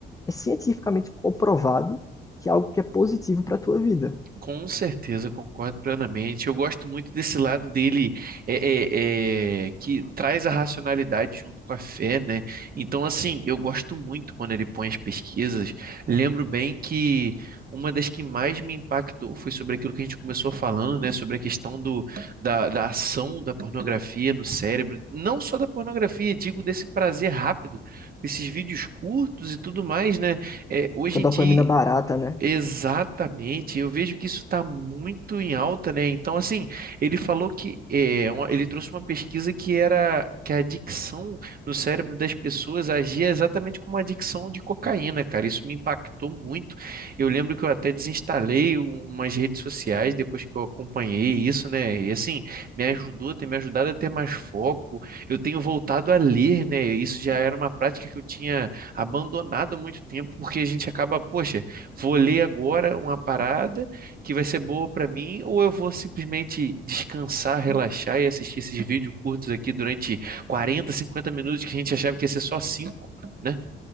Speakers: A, on the left; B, on the right.
A: é cientificamente comprovado que é algo que é positivo para a tua vida.
B: Com certeza, concordo plenamente. Eu gosto muito desse lado dele, é, é, é, que traz a racionalidade junto com a fé, né? Então, assim, eu gosto muito quando ele põe as pesquisas. Lembro bem que uma das que mais me impactou foi sobre aquilo que a gente começou falando, né? Sobre a questão do, da, da ação da pornografia no cérebro. Não só da pornografia, digo desse prazer rápido, esses vídeos curtos e tudo mais, né? É, hoje
A: essa dopamina
B: em dia
A: barata, né?
B: Exatamente, eu vejo que isso está muito em alta, né? Então, assim, ele falou que é, uma- ele trouxe uma pesquisa que era que a adicção no cérebro das pessoas agia exatamente como a adicção de cocaína, cara. Isso me impactou muito. Eu lembro que eu até desinstalei um- umas redes sociais depois que eu acompanhei isso, né? E assim, me ajudou, tem me ajudado a ter mais foco. Eu tenho voltado a ler, né? Isso já era uma prática que eu tinha abandonado há muito tempo, porque a gente acaba, poxa. Vou ler agora uma parada que vai ser boa para mim, ou eu vou simplesmente descansar, relaxar e assistir esses vídeos curtos aqui durante 40, 50 minutos que a gente achava que ia ser só 5, né?